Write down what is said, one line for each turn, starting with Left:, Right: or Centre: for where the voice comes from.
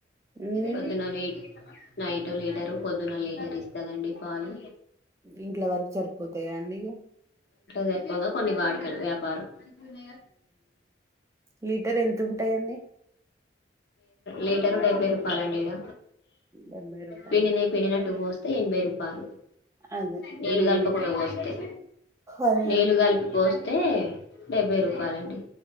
Right: ఉమ్
Left: పద్నాలు ఏట్ నైట్ లీటరు పొద్దున లీటర్ ఇస్తదండి పాలు
Right: ఇంట్ల వరకు సరిపోతాయా అండి ఇక
Left: జరిపంగా కొన్ని వాడుకలు వ్యాపారం అంతనే
Right: లీటర్ ఎంత ఉంటాయంండి
Left: లీటరు డెబ్బై రూపాయలండి ఇడ
Right: డెబ్బై రూపాయల
Left: పిడి న పిడి నా టూవస్త ఎనభై రూపాయలు
Right: అదే
Left: నీలు
Right: హ్మ్.
Left: కలపకుండా పోస్తే
Right: అదేలే.
Left: నేళ్లు కలిపిస్తే అయితే డెబ్భై రూపాయలండి